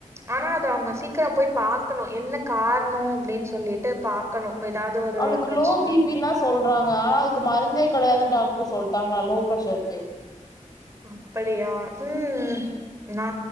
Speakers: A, on the right (about 20°); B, on the left (about 30°).
A: ஆனா அத அவங்க சீக்கரோ போய் பாக்கணு என்ன காரணோ அப்டின் சொல்லிட்டு பாக்கணு எதாவது ஒரு
B: அவளுக்கு
A: பிரச்சன
B: லோ பீப் பின்தா சொல்றாங்க ஆனா அதுக்கு மருந்தே கெடையாதுன் டாக்டர் சொல்டாங்கலா லோ பிரெஷ்ர்க்கு
A: அப்படியா ம் நா